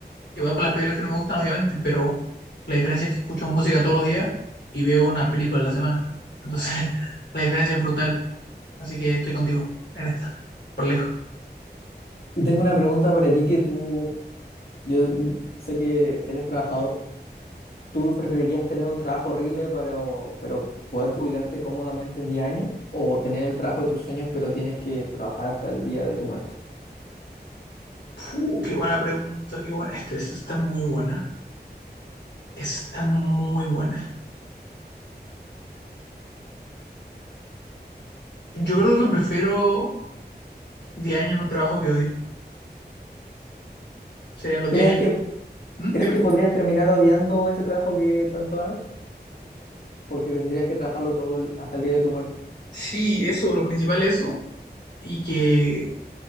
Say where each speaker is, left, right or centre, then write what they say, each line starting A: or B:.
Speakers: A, on the left; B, on the left.
A: Igual con las películas que no me gustan, obviamente, pero la diferencia es que escucho música todos los días y veo una película a la semana. Entonces, <laughs> la diferencia es brutal. Así que estoy contigo en esta, por lejos.
B: Y tengo una pregunta para ti que tú, yo mm, sé que eres trabajador, ¿tú preferirías tener un trabajo horrible para, o- pero poder jubilarte cómodamente en 10 años? ¿O tener el trabajo de tus sueños pero tienes que trabajar hasta el día de tu muerte?
A: Fu, qué buena pregunta, qué buena. Esta, esta está muy buena. Esta está muy buena. Yo creo que prefiero 10 años en un trabajo que odio. Serían los
B: ¿Crees
A: 10 años.
B: que
A: ¿Mm?
B: ¿Crees
A: Dime.
B: que podrías terminar odiando ese trabajo que tanto ames? Porque tendrías que trabajarlo todo el- hasta el día de tu muerte.
A: Sí, eso, lo principal es eso. y que eh,